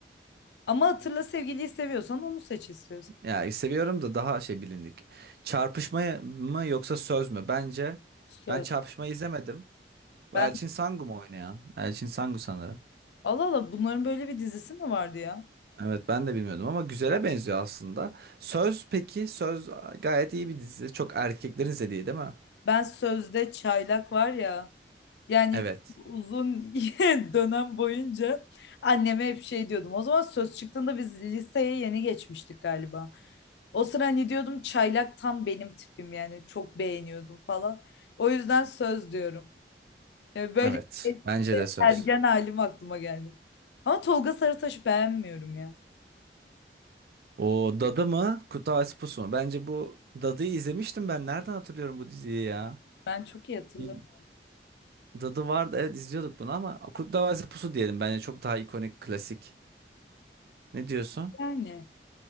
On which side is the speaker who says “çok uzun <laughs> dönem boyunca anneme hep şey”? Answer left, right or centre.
Left